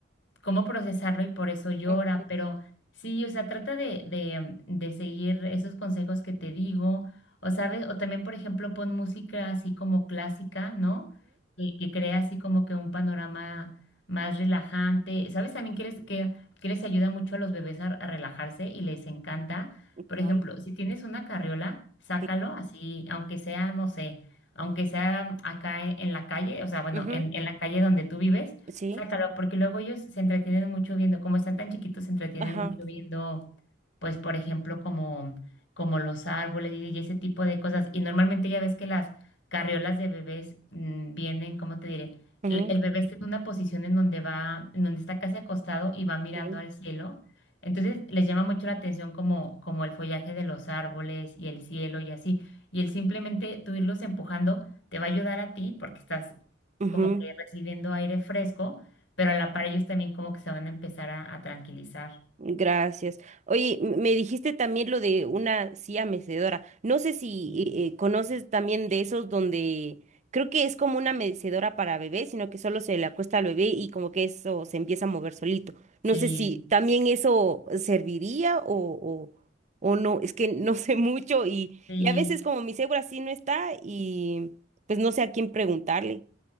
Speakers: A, on the left (about 70°); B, on the right (about 40°).
A: cómo procesarlo y por eso llora,
B: ujú,
A: pero sí, o sea, trata de, de, de seguir esos consejos que te digo, o sabes, o también, por ejemplo, pon música así como clásica, ¿no? Que, que crea así como que un panorama más relajante. ¿Sabes también que les, que, que les ayuda mucho a los bebés a, a relajarse y les encanta?
B: ujú.
A: Por
B: ¿Cuál?
A: ejemplo, si tienes una carriola, sácalo
B: Sí.
A: así, aunque sea, no sé, aunque sea acá en en la calle, o sea, bueno,
B: ujú,
A: en, en la calle donde tú vives
B: Sí.
A: Sácalo, porque luego ellos se entretienen mucho viendo, como están tan chiquitos, se entretienen
B: Ajá.
A: mucho viendo, pues, por ejemplo, como, como los árboles y, y ese tipo de cosas. Y normalmente ya ves que las carriolas de bebés mm, vienen, ¿cómo te diré?
B: ujú,
A: El, el bebé está en una posición en donde va, en donde está casi acostado y va mirando
B: Sí.
A: al cielo. Entonces les llama mucho la atención como, como el follaje de los árboles y el cielo y así. Y el simplemente tú irlos empujando te va a ayudar a ti porque estás
B: ujú.
A: como que recibiendo aire fresco pero a la par ellos también como que se van a empezar a, a tranquilizar.
B: Gracias. Oye, m- me dijiste también lo de una silla mecedora. No sé si
A: Sí.
B: eh, eh, conoces también de esos donde creo que es como una mecedora para bebé, sino que solo se le acuesta al bebé y como que eso se empieza a mover solito.
A: Sí,
B: No sé si también eso serviría o, o, o no. Es que <laughs> no sé mucho y,
A: sí.
B: y a veces como mi cebra sí no está y pues no sé a quién preguntarle,